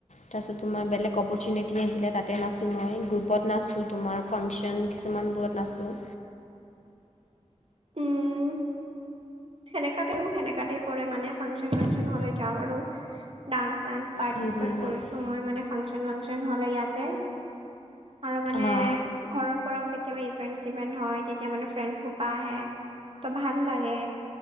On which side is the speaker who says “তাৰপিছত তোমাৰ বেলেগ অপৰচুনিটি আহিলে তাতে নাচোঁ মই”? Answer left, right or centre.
Left